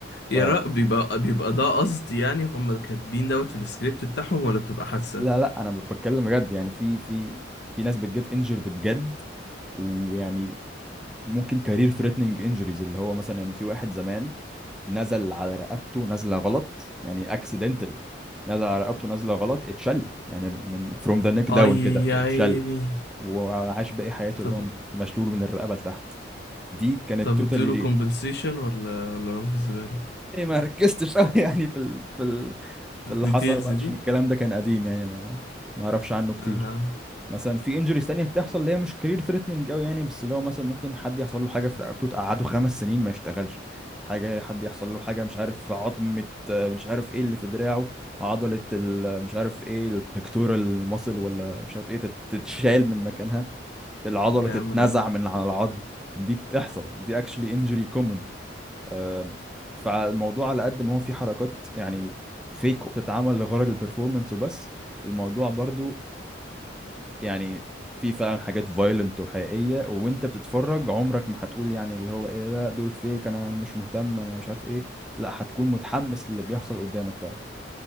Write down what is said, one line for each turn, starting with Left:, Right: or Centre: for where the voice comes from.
Left: يا
Centre: ف
Left: رأ بيبقى بيبقى ده قصدي يعني هم كاتبين دوت في السكريبت بتاعهم ولا بتبقى حادثة
Centre: لا لا انا بتكلم بجد يعني في في في ناس بتجت انجرد بجد ويعني ممكن كارير ثريتنينج انجريز اللي هو مثلا يعني في واحد زمان نزل على رقبته نزله غلط يعني اكسيدنتالي نزل على رقبته نزله غلط اتشل يعني من from the neck
Left: اي
Centre: down كده
Left: يا
Centre: اتشل
Left: عيني
Centre: وعاش باقي حياته
Left: طب
Centre: اللي هو مشلول من الرقبه لتحت دي كانت
Left: طب
Centre: توتالي
Left: ادوله
Centre: ريل
Left: كومبنسيشن ولا ولا رموا في الزبالة
Centre: إيه ما ركزتش قوي <laughs> يعني في ال... في ال... في
Left: الديتيلز
Centre: اللي حصل بعد عشان
Left: دي
Centre: الكلام ده كان قديم يعني ما ما اعرفش عنه كتير
Left: آه.
Centre: مثلا في انجريز تانية بتحصل اللي هي مش كارير ثريتنينج قوي يعني بس اللي هو مثلا ممكن حد يحصل له حاجة في رقبته تقعده خمس سنين ما يشتغلش حاجة حد يحصل له حاجة مش عارف في عظمة آه، مش عارف ايه اللي في دراعه عضلة ال... مش عارف ايه البكتورال ماسل ولا مش عارف ايه تت- تتشال من مكانها العضلة
Left: يا
Centre: تتنزع
Left: عم انا
Centre: من على العظم دي بتحصل دي actually injury common آم، فالموضوع على قد ما هو فيه حركات يعني فيك وبتتعمل لغرض البرفورمانس وبس الموضوع برضو يعني في فعلا حاجات فايلنت وحقيقية وانت بتتفرج عمرك ما هتقول يعني اللي هو ايه لا دول فيك انا مش مهتم انا مش عارف ايه لا هتكون متحمس للي بيحصل قدامك فعلا